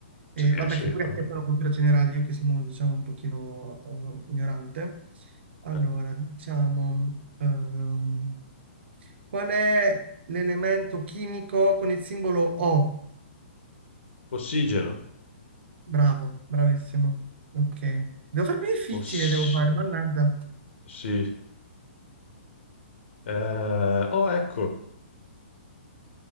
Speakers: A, on the right (about 65°); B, on the left (about 80°).
A: e,
B: Sì,
A: vabbè,
B: sì.
A: che pure
B: vabbè.
A: affettano cultura generale, io che sono diciamo un pochino eh, ignorante. Allora,
B: Eh.
A: diciamo, ehm, qual è l'elemento chimico con il simbolo O?
B: Ossigeno.
A: Bravo, bravissimo. Ok. Devo farmi difficile,
B: Oss-
A: devo fare, mannaggia.
B: sì. Eh, oh, ecco.